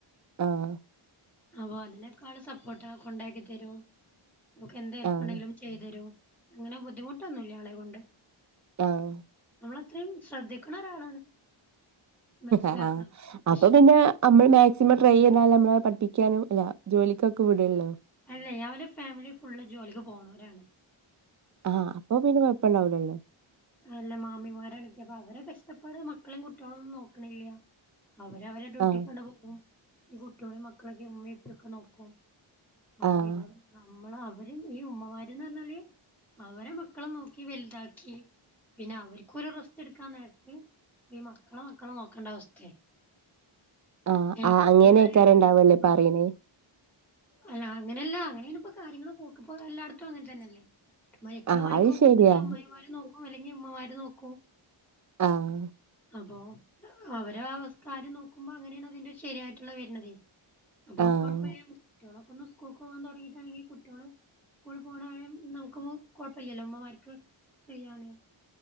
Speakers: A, on the right; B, in the centre.
A: ആഹ്
B: അപ്പൊ അതിനെക്കാ ആള് സപ്പോർട്ടാ കൊണ്ടാക്കി തരും നമുക്ക് എന്ത് ഹെല്പ്പുണ്ടെങ്കിലും
A: ആഹ്
B: ചെയ്തു തരും അങ്ങനെ ബുദ്ധിമുട്ടൊന്നുല്ല ആളെ കൊണ്ട്
A: ആഹ്
B: നമ്മളത്രയും ശ്രദ്ധിക്കണ ഒരാളാണ് മനസ്സിലാക്കണൊക്കെ
A: ആഹ്
B: പക്ഷെ
A: അപ്പൊ പിന്നെ നമ്മൾ മാക്സിമം ട്രൈ ചെയ്യതാലൽ നമ്മള പഠപ്പിക്കാനും അല്ല ജോലിക്കൊക്കെ വിടല്ലോ
B: അല്ലേ ഞൻ ഒരു ഫാമിലി ഫുള്ള് ജോലിക്ക് പോകണവരാണ്
A: ആഹ് അപ്പ പിന്നെ കുഴപ്പം ഉണ്ടാവില്ലല്ലോ
B: ല്ല മാമിമാരണക്ക് അപ്പൊ അവരെ കഷ്ടപ്പാട് മക്കളും കുട്ടികളും ഒന്നും നോക്കണില്ല അവരവരെ ഡ്യൂട്ടി
A: ആഹ്
B: കണ്ട് പോം ഈ കുട്ടികളും മക്കളൊക്കെ ഉമ്മ ഇപ്പൊക്കെ നോക്കും അപ്പൊ
A: ആഹ്
B: ഇതാ നമ്മള് അവരും ഈ ഉമ്മമാരന്ന് പറഞ്ഞാല് അവരെ മക്കളെ നോക്കി വലുതാക്കി പിന്നെ അവർക്ക് ഒരു റസ്റ്റ് എടുക്കാൻ നേരത്തെ ഈ മക്കളോ മക്കളോ നോക്കണ്ട അവസ്ഥയ
A: ആഹ് ആഹ്
B: അവരുടേതായ
A: അങ്ങനെൊക്കാ
B: ഒരു
A: ഉണ്ടാവല്ലേ പറയ്ണേ
B: ആഹ് അല്ല അങ്ങനെയല്ല അങ്ങനെയാണ് ഇപ്പോ കാര്യങ്ങള് പോക്കിപ്പോ എല്ലായിടത്തും അങ്ങനെ തന്നെയല്ലേ മക്കള്
A: ആഹ്
B: പണിക്കോപോന്നങ്കി
A: അത് ശരിയാ
B: അമ്മയിമാര് നോക്കും അല്ലെങ്കി അമ്മമാര് നോക്കും
A: ആഹ
B: അപ്പൊ അവര അവസ്ഥാര് നോക്കുമ്പോ അങ്ങനെയാണ് അതിന്റെ ശരിയായിട്ടുള്ള വരണതേ അപ്പൊ
A: ആഹ്
B: കൊഴപ്പമ കുട്ടികളൊക്കെ ഒന്ന് സ്കൂൾക്ക് പോകാൻ തുടങ്ങിട്ടാണെങ്കിൽ കുട്ടികള് സ്കൂള പോണഴ നമുക്ക് കുഴപ്പമല്ലല്ലോ ഉമ്മമാർക്ക് ഫ്രീ ആണ്